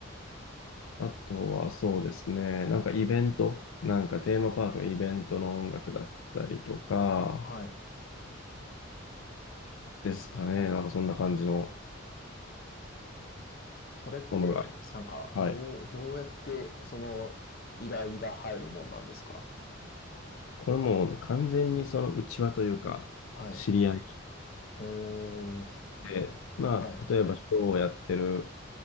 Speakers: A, on the left; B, on the left.
A: あとはそうですね、なんかイベント、なんかテーマパークのイベントの音楽だったりとか、
B: はい。
A: ですかね、なんかそんな感じの
B: それって、
A: ものがあります。
B: なんか、
A: はい。
B: どう、どうやって、その、依頼が入るもんなんですか
A: これもう完全にその内輪というか、
B: はい。
A: 知り合い
B: えー、
A: で、まあ、
B: はい。
A: 例えばショーをやってる、